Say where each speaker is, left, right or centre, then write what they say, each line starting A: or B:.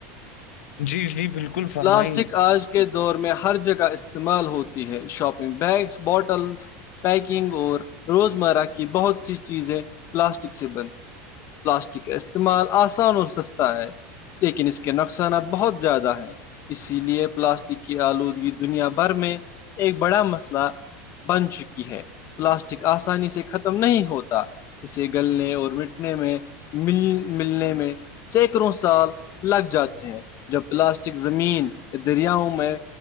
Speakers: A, on the left; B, on the left.
A: جی جی بالکل فرمائیے
B: پلاسٹک آج کے دور میں ہر جگہ استعمال ہوتی ہے شاپنگ بیگس بوٹلس پیکنگ اور روزمرہ کی بہت سی چیزیں پلاسٹک سے بند پلاسٹک کا استعمال آسان اور سستا ہے لیکن اس کے نقصانات بہت زیادہ ہیں اسی لیے پلاسٹک کی آلودگی دنیا بھر میں ایک بڑا مسئلہ بن چکی ہے پلاسٹک آسانی سے ختم نہیں ہوتا اسے گلنے اور مٹنے میں مل ملنے میں سینکڑوں سال لگ جاتے ہیں جب پلاسٹک زمینیا دریاؤں میں